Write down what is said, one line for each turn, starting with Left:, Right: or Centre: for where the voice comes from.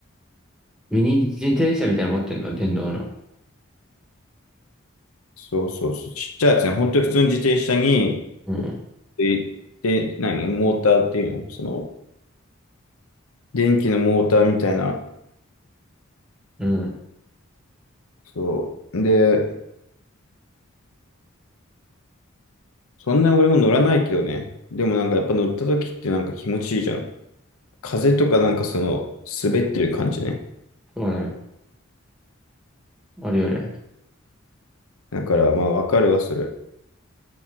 Centre: ミニ自転車みたいなの持ってんの、電動の。
Left: そうそうそう。ちっちゃいやつね。本当に普通の自転車に、
Centre: うん。
Left: で、で、何モーターっていうのその、電気のモーターみたいな。
Centre: うん。
Left: そう。で、そんな俺も乗らないけどね。でもなんかやっぱ乗った時ってなんか気持ちいいじゃん。風とかなんかその、滑ってる感じね。
Centre: そうね。あるよね。
Left: だからまあわかるわ、それ。